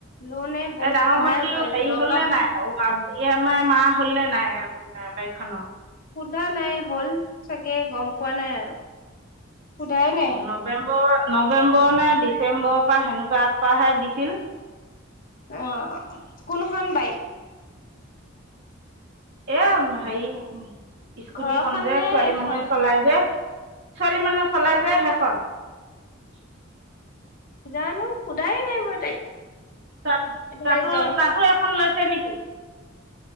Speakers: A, on the left; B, on the right.
A: লোনে বহুত
B: এ ডাঙৰ
A: সহায়
B: ভণ্টি
A: কৰে
B: হেৰি
A: দৰকাৰ
B: হল নে নাই আৰু ই এম আই মাৰা হল ন নাই বাইক খনৰ
A: সোধা নাই হ'ল চাগে গম পোৱা নাই আৰু সোধাই নাই
B: নৱেম্বৰ নৱেম্বৰ নে ডিচেম্বৰৰ পৰা সেনেকুৱা পৰাহে দিছিল
A: অ কোনখন বাইক
B: এম হেৰি স্কুটি
A: ঘৰখন
B: খন যে
A: নে
B: ছোৱালী
A: এখন
B: মানুহে চলাই যে ছোৱালী মানুহ চলাই
A: অ
B: যায় সেইখন <unintelligible>
A: জানো সোধাই নাই মই তাইক
B: তাত
A: এইফালে
B: তাতো
A: জ্বৰ
B: তাতো এখন লৈছে নেকি